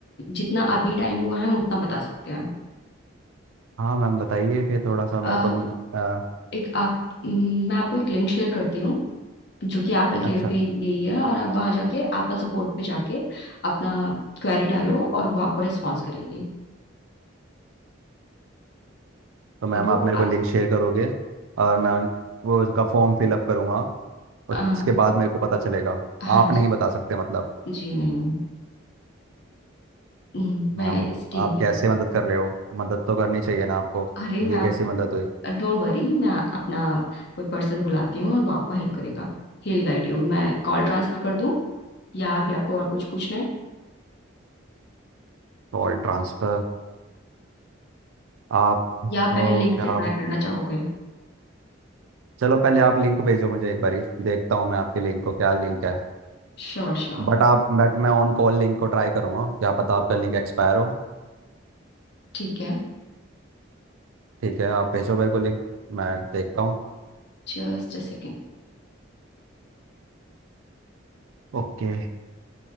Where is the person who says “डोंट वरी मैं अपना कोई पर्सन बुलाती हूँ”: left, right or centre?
Left